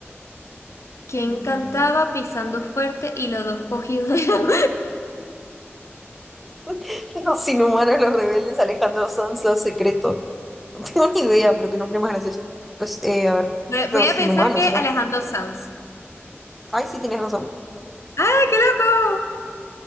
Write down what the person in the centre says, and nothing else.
Mm,
<laughs> Los inhumanos, los rebeldes, Alejandro Sanz, los secretos. <laughs> No tengo ni
idea, pero qué nombre más gracioso. Pues, eh, a ver,
los
inhumanos,
¿verdad?
Ay, sí, tienes razón.